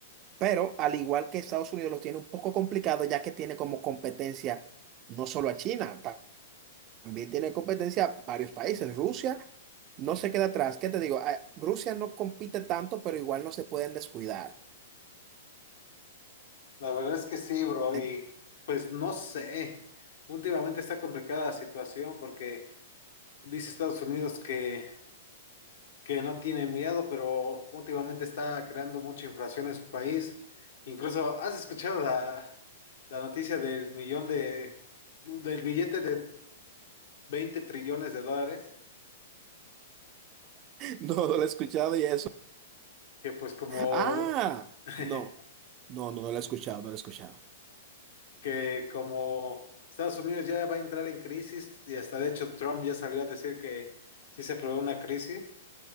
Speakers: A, on the right; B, on the left.
A: pero al igual que Estados Unidos lo tiene un poco complicado ya que tiene como competencia no solo a China, ta- también tiene competencia a varios países. Rusia no se queda atrás, ¿qué te digo? Ah, Rusia no compite tanto, pero igual no se pueden descuidar.
B: La verdad es que sí, bro,
A: <laughs>
B: y pues no sé. Últimamente está complicada la situación porque dice Estados Unidos que, que no tiene miedo, pero últimamente está creando mucha inflación en su país. Incluso, ¿has escuchado la, la noticia del millón de, del billete de 20 trillones de dólares?
A: No, no lo he escuchado y eso.
B: Que pues como
A: Ah,
B: <laughs>
A: no, no, no, no lo he escuchado, no lo he escuchado.
B: que como Estados Unidos ya va a entrar en crisis y hasta de hecho Trump ya salió a decir que si se prevé una crisis,